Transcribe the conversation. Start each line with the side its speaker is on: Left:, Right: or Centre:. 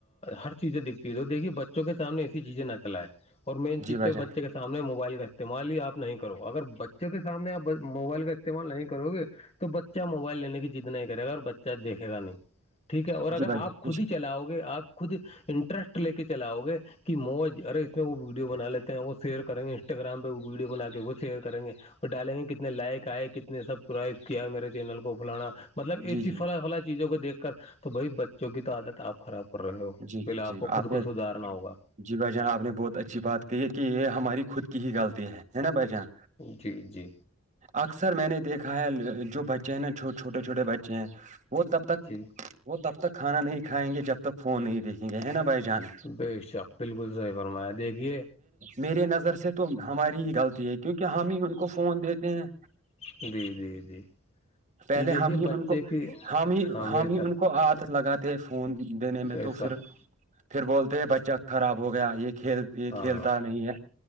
Left: ہر چیزیں دکھتی ہے دیکے بچوں کے سامنے ایسی چیزیں نہ چلئے اور مین چیز
Right: جی بھائی
Left: تو
Right: جان
Left: بچے کے سامنے موبائل کا استعمال ہی آپ نہیں کرو اگر بچوں کے سامنے آپ موبائل کا استعمال نہیں کرو گے تو بچہ موبائل لینے کے جیتنے کرے گا اور بچہ دیکے گا نہیں ٹھیک ہے اور اگر
Right: جی بھائی
Left: آپ
Right: جان
Left: خود ہی چلاؤ گے آپ خود انٹرسٹ لے کے چلاؤ گے کہ موج ارے اس میں وہ ویڈیو بنا لیتے ہیں وہ شیئر کریں گے انسٹاگرام پہ وہ ویڈیو بنا کے وہ شیئر کریں گے وہ ڈالیں گے کتنے لائک آئے کتنے سبسکرائب کیا میرے چینل کو فلانا مطلب ایسی
Right: جی جی
Left: فلاں فلاں چیزوں کو دیکھ کر تو بھائی بچوں کی تو عادت آپ خراب کر رہے ہو
Right: جی
Left: پل
Right: جی
Left: آپ
Right: جی
Left: کو خود
Right: نے
Left: کو سدارنا ہوگا
Right: جی بھ جان آپ نے بہت اچھی بات کہ ہے کہ یہ ہماری خود کی ہی غلطی ہے نا بھ جان
Left: جی جی
Right: اکثر میں نے دیکھا ہے جو بچے ہیں نا چھوٹے چھوٹے بچے ہیں وہ تب تک
Left: جی
Right: وہ تب تک کھانا نہیں کھائیں گے جب تک فون نہیں دیکھیں گے ہے نا بھائی جانا
Left: بے شک بالکل صحیح فرمایا دیکھیے
Right: میے نظر سے تو ہماری ہی غلطی ہے کیونکہ ہم ہی ان کو فون دیتے ہیں
Left: جی جی جی
Right: پہلے
Left: جی دیکھیے
Right: ہم ہی
Left: بچے
Right: ان کو
Left: کی
Right: ہم ہی
Left: ہاں بے
Right: ہم ہی
Left: شک
Right: ان کو کو عادت لگاتے ہیں فون دینے میں
Left: بے
Right: تو
Left: شک
Right: پھر پھر بولتے ہیں بچہ خراب ہو گیا یہ کھیل یہ
Left: ہاں
Right: کھیلتا نہیں ہے